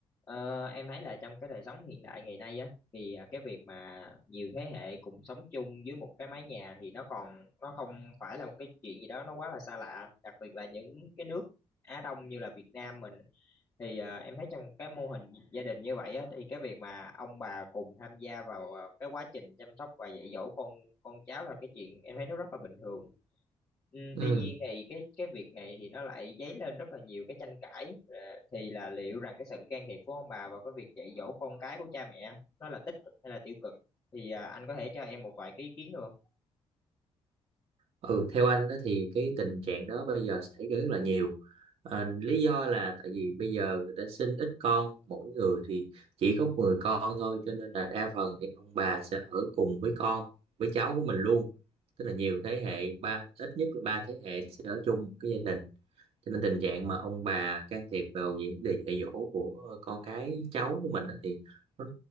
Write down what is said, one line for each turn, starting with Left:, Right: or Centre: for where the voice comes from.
Left: Ờ, em thấy là trong cái đời sống hiện đại ngày nay á thì à, cái việc mà nhiều thế hệ cùng sống chung dưới một cái mái nhà thì nó còn nó không phải là một cái chuyện gì đó nó quá là xa lạ đặc biệt là những cái nước Á Đông như là Việt Nam mình thì à, em thấy trong cái mô hình gia đình như vậy á thì cái việc mà ông bà cùng tham gia vào à, cái quá trình chăm sóc và dạy dỗ con con cháu là cái chuyện em thấy nó rất là bình thường Ừ,
Right: Ừ.
Left: tuy nhiên thì cái cái việc này thì nó lại dấy lên rất là nhiều cái tranh cãi Ờ, thì là liệu rằng cái sự can thiệp của ông bà vào cái việc dạy dỗ con cái của cha mẹ nó là tích cực hay là tiêu cực thì à, anh có thể cho em một vài cái ý kiến được
Right: ừ theo anh đó thì cái tình trạng đó bây giờ xảy ra rất là nhiều à, lý do là tại vì bây giờ người ta sinh ít con mỗi người thì chỉ có 10 con thôi cho nên là đa phần thì ông bà sẽ ở cùng với con với cháu của mình luôn tức là nhiều thế hệ ba ít nhất là ba thế hệ sẽ ở chung một cái gia đình cho nên tình trạng mà ông bà can thiệp vào vấn đề dạy dỗ của con cái cháu của mình đó thì nó